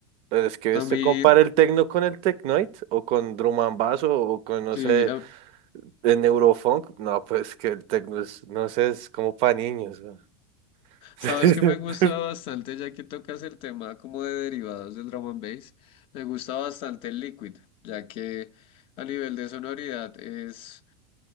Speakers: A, on the right (about 45°); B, on the left (about 40°).
A: Pero es que
B: a
A: usted
B: mí,
A: compara el techno con el technoid, o con drum and bass, o o con, no
B: sí,
A: sé.
B: a-
A: En Eurofunk, no, pues que el techno es, no sé, es como para niños. ¿no? <laughs>
B: sabes que me gusta bastante, ya que tocas el tema como de derivados del drum and bass, me gusta bastante el Liquid, ya que a nivel de sonoridad es.